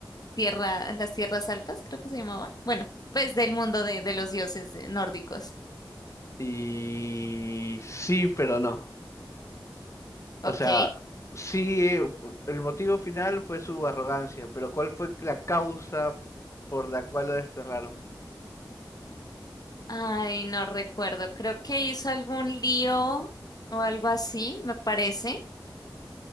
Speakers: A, on the left; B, on the left.
A: tierra, las tierras altas, creo que se llamaba. Bueno, pues del mundo de, de los dioses eh, nórdicos.
B: Y sí, pero no. O
A: Ok.
B: sea, sí, eh, el motivo final fue su arrogancia, pero ¿cuál fue la causa por la cual lo desterraron?
A: Ay, no recuerdo, creo que hizo algún lío o algo así, me parece,